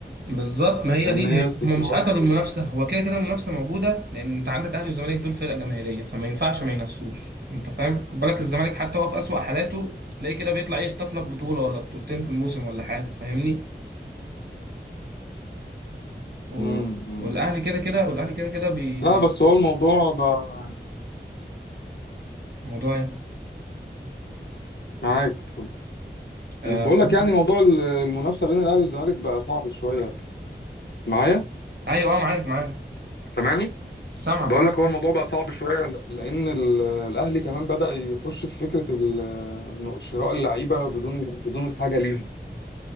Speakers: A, on the right (about 65°); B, on the left (about 70°).
A: بالظبط ما هي
B: لان
A: دي
B: هي استثمارات
A: هم مش قتلوا المنافسه هو كده كده المنافسه موجوده لان انت عندك اهلي وزمالك دول فرق جماهيريه فما ينفعش ما ينافسوش انت فاهم خد بالك الزمالك حتى هو في اسوأ حالاته تلاقيه كده بيطلع يخطف لك بطوله ولا بطولتين في الموسم ولا حاجه فاهمني و...
B: مم، مم.
A: والاهلي كده كده والاهلي كده كده بي...
B: لا
A: بي...
B: بس هو الموضوع بقى
A: موضوع ايه
B: معاك اتفضل
A: آه...
B: بقول
A: بقول
B: لك يعني
A: لك-
B: موضوع ال- المنافسه بين الاهلي والزمالك بقى صعب شويه معايا
A: ايوه اه معاك معاك
B: سامعني
A: سامعك
B: بقول
A: آه، انت
B: لك هو الموضوع بقى صعب شويه ل- لان ال- الاهلي كمان بدأ يخش في فكره ال- إنه شراء اللعيبه بدون بدون الحاجه ليهم